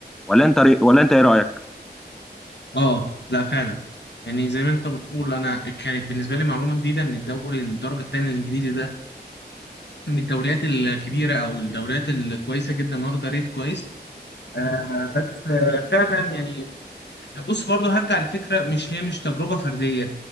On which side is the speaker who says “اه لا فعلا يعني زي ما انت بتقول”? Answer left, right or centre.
Left